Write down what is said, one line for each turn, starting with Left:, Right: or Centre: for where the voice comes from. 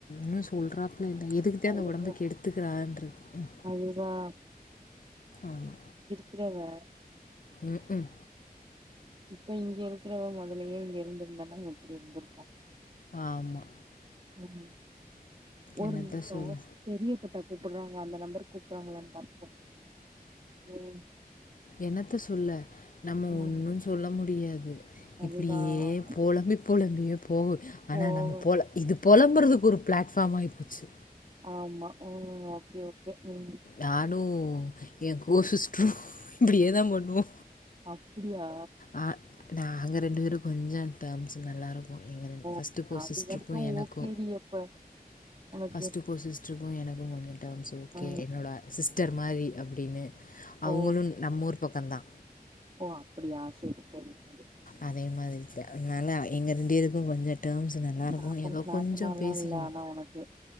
Left: னு உட்ரா ல்ல எதுக்கு தா
Right: அது
Left: இந்த உடம்ப கெடுத்துக்கிறான்ருக்கு ம்
Right: அதுதா
Left: ஆமா
Right: திருவ
Left: ம் ம்
Right: இப்ப இங்க இருக்கிறவ முதலயே இங்க இருந்திருந்தானா எப்டி இருந்திருக்கு
Left: ஆமா
Right: ம் ஒரு
Left: என்னத்த
Right: நிமிஷோ
Left: சொல்ல
Right: பெரியப்பத்தா கூப்புறா அந்த நம்பரு கூப்புறாங்களான்னு பாத்துக்கோ ம்
Left: என்னத்த சொல்ல நம்ம ஒன்னு
Right: ம்
Left: சொல்ல முடியாது
Right: அதுதா
Left: இப்டியே
Right: ஆமா
Left: பொலம்பி புலம்பியே போகு
Right: போக
Left: ஆனா நம்ம போல இது புலம்றதுக்கு ஒரு பிளாட்ஃபாம் ஆகி போச்சு
Right: ஆமா ம் ஓகே ஓகே ம்
Left: நானு எ கோசிஸ்ட்ரு இப்டியேதா பண்ணுவோ
Right: அப்டியா
Left: அ நாங்க ரெண்டு பேரு கொஞ்சோ டேம்ஸ் நல்லாரு ப்போ எங்க
Right: ஓ
Left: ஃபர்ஸ்ட்டு கோ
Right: அது
Left: சிஸ்டருக்கு
Right: வரைக்கு
Left: எனக்கு
Right: ஓகேடி அப்ப உனக்கு
Left: ஃபர்ஸ்ட்டு கோ சிஸ்டருக்கு எனக்கு கொஞ்சோ டேம்ஸ் ஓகே
Right: ஆ
Left: என்னோட சிஸ்டர் மாரி அப்டின்னு அவுங்களு
Right: ஓ
Left: நம்ம ஊர் பக்கந்தா
Right: ஓ அப்படியா செரி செரி செரி
Left: அதே மாதிரி தா அதனால எங்க ரெண்டேருக்கு கொஞ்சோ டேர்ம்ஸ் நல்லாருக்கு
Right: நாத்த
Left: எதோ
Right: நாத்தனார்லா
Left: கொஞ்சோ பேசிப்போ
Right: இல்ல ஆனா உனக்கு